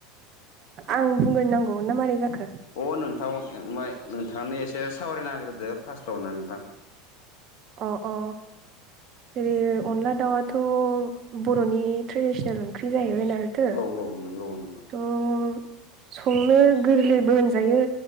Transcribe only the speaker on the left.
अ नोंथां ओमफ्राय नोंथाङानो एसे सावरायनो नाग्रोदो फार्स्टआवनो नोंथां
औ औ नंगौ नंगौ